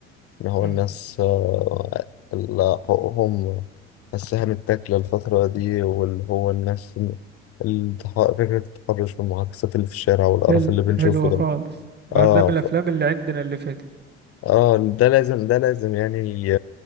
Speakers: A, on the left; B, on the right.
A: اللي هو
B: مم.
A: الناس آه، اللي حقوقهم السهم التاكلة الفترة دي واللي هو الناس التح- فكرة التحرش والمعاكسات اللي في الشارع والقرف
B: حلو
A: اللي بنشوفه
B: حلو
A: ده
B: خالص ما
A: اه
B: ده من
A: ف...
B: الافلام اللي عندنا اللي فاتت
A: اه ده لازم ده لازم يعني ي-